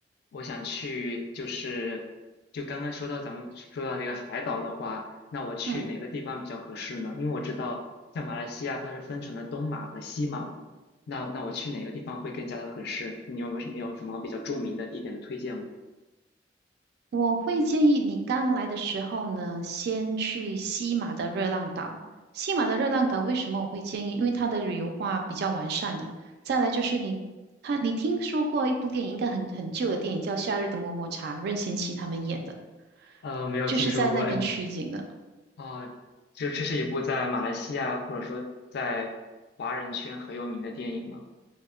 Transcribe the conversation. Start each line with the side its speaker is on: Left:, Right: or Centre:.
Left: 我想去就是就刚刚说到咱们说到那个海岛的话，那我去哪个地方比较合适呢？
Right: 嗯。
Left: 因为我知道像马来西亚它是分成了东马和西马嘛，那那我去哪个地方会更加的合适？你有没有没有什么比较著名的地点的推荐吗？
Right: 我会建议你刚来的时候呢，先去西马的热浪岛。西马的热浪岛为什么我会建议？因为它的旅游化比较完善了。再来就是你看，你听说过一部电影，应该很很旧的电影，叫《夏日的么么茶》，任贤齐他们演的，
Left: 呃，没有听说过哎。
Right: 就是在那边取景的。
Left: 哦，就这是一部在马来西亚或者说在华人圈很有名的电影吗？